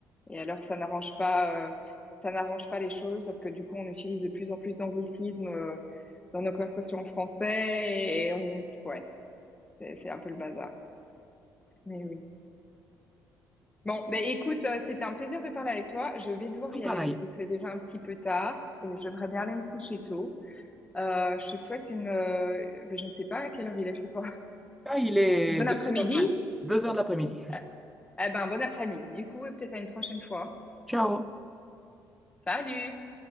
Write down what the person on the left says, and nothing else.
Et alors, ça n'arrange pas, euh, ça n'arrange pas les choses parce que du coup, on utilise de plus en plus d'anglicismes euh, dans nos conversations en français et on- ouais, c'est c'est un peu le bazar. Mais oui. Bon, ben écoute, euh, c'était un plaisir de parler avec toi. Je vais devoir
y
aller parce qu'il se fait déjà un petit peu tard et j'aimerais bien aller me coucher tôt. Euh, je te souhaite une, euh, ben, je ne sais pas à quelle heure il est chez toi.
Une bonne
après-midi?
Euh, Eh ben, bon après-midi du coup et peut-être à une prochaine fois.
Salut!